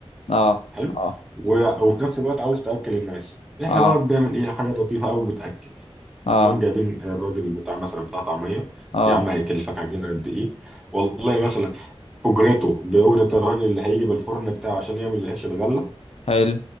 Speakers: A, on the left; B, in the centre.
A: اه
B: حلو
A: اه
B: و- وفي نفس الوقت عاوز تاكل الناس احنا
A: اه
B: بقى بنعمل ايه حاجه لطيفه قوي بتاكل
A: اه
B: انهم جايبين الراجل بتاع مثلا بتاع طعميه
A: اه
B: يا عم هيكلفك عجينه قد ايه والله مثلا اجرته باجره الراجل اللي هيجي بالفرن بتاعه عشان يعمل العيش الغله
A: حلو